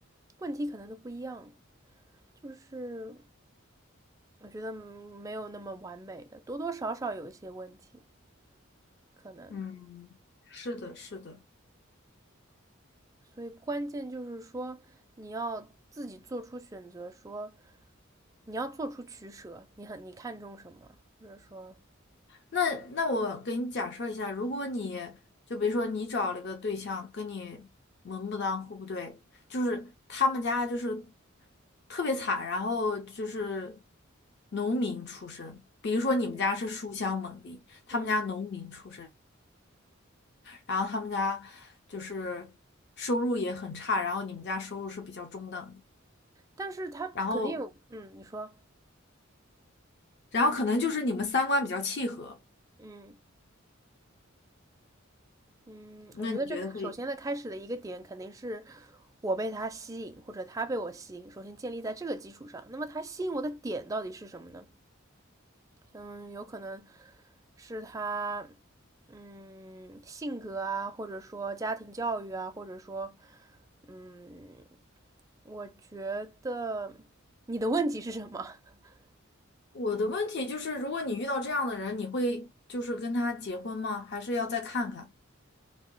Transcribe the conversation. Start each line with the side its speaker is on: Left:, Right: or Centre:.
Right: 问题可能都不一样，就是我觉得没有那么完美的，多多少少有一些问题可能。
Left: 嗯，是的，是的。
Right: 所以关键就是说，你要自己做出选择，说你要做出取舍，你很你看重什么，或者说，
Left: 那那我给你假设一下，如果你就比如说你找了个对象，跟你门不当户不对，就是他们家就是特别惨，然后就是农民出身，比如说你们家是书香门第，
Right: 嗯
Left: 他们家农民出身，
Right: 嗯
Left: 然后他们家就是收入也很差，然后你们家收入是比较中等的，
Right: 但是他肯定有，
Left: 然后
Right: 嗯，你说，
Left: 然后可能就是你们三观比较契合，
Right: 嗯嗯，
Left: 那你觉得会？
Right: 我觉得这首先的开始的一个点肯定是我被他吸引，或者他被我吸引，首先建立在这个基础上。那么他吸引我的点到底是什么呢？嗯，有可能是他，嗯，性格啊，或者说家庭教育啊，或者说，嗯，我觉得你的问题是什么？<laughs>
Left: 我的问题就是，如果你遇到这样的人，你会就是跟他结婚吗？还是要再看看？